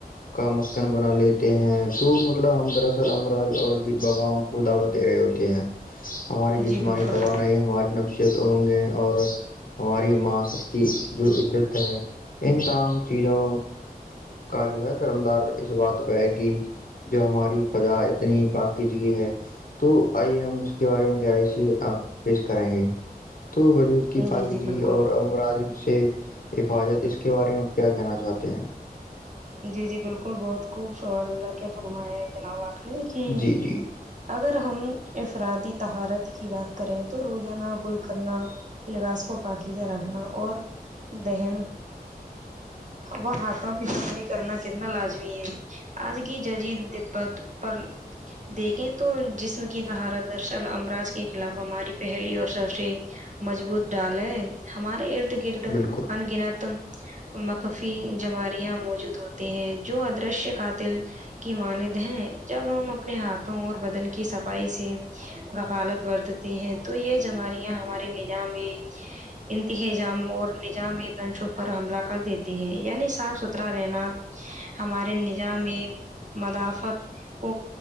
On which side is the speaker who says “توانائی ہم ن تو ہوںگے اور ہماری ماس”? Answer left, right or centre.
Left